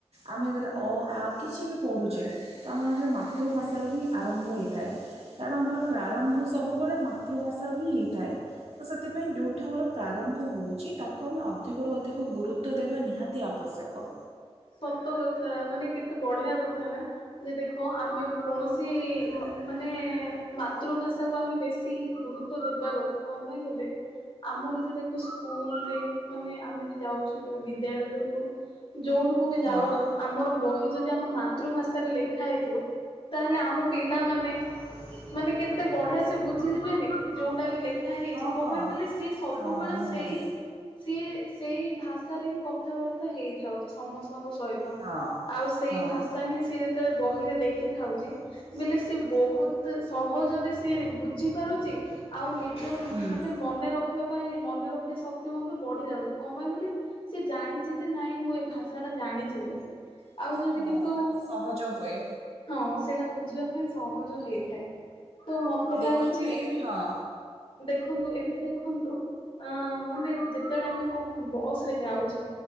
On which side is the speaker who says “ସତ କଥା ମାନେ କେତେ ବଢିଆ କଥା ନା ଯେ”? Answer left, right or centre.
Left